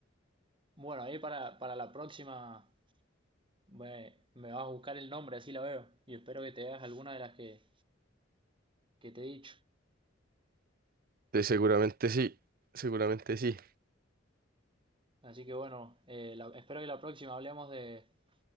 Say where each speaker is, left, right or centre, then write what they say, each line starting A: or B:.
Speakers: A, on the right (about 25°); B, on the right (about 50°).
A: bueno, ahí para, para la próxima me, me vas a buscar el nombre, así la veo. Y espero que te veas alguna de las que, que te he dicho.
B: Sí, seguramente sí, seguramente sí.
A: Así que bueno, eh, la- espero que la próxima hablemos de,